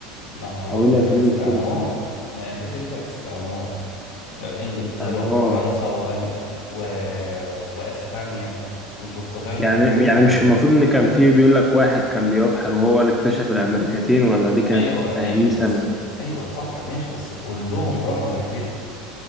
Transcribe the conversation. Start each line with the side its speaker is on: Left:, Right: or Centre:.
Left: ما هو
Centre: او ايه
Left: ده
Centre: اللي هيخليهم
Left: كان استعمار
Centre: يشتروا فرنسا
Left: ما هي امريكا دي كانت استعمار آه، انجلترا
Centre: دمار
Left: وفرنسا وألم... و... واسبانيا والبرتغال
Centre: يعني
Left: كلهم
Centre: يعني مش
Left: دخلوا
Centre: المفروض ان كان في بيقول لك واحد كان بيبحر وهو اللي اكتشف الامريكتين ولا دي كانت
Left: ايوه ماشي
Centre: تهليسة
Left: بس
Centre: من
Left: ايوه صح ماشي بس كلهم راحوا ناحيتها